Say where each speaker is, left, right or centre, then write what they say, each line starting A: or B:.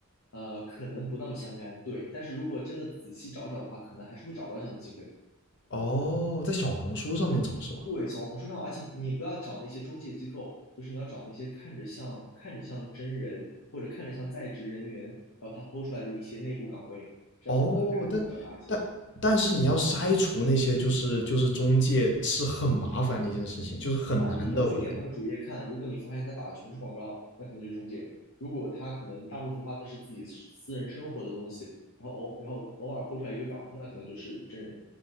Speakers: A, on the left; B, on the left.
A: 呃，可能不那么相干，对。但是如果真的仔细找找的话，可能还是会找到这样的机会
B: 哦，在小红书上面找是吧？
A: 对，小红书上，而且你不要找那些中介机构，就是你要找那些看着像看着像真人或者看着像在职人员，然后他 PO 出来的一些内部岗位，这样子的概率会比较大一些。
B: 哦，但但但是你要筛除那些就是就是中介是很麻烦的一件事情，就是很难的，
A: 然后你只要去点他们主页看，
B: 我觉得。
A: 如果你发现他打的全是广告，那肯定就是中介；如果他可能大部分发的是自己私人生活的东西，然后偶然后偶尔 PO 出来一个岗，那可能就是真人。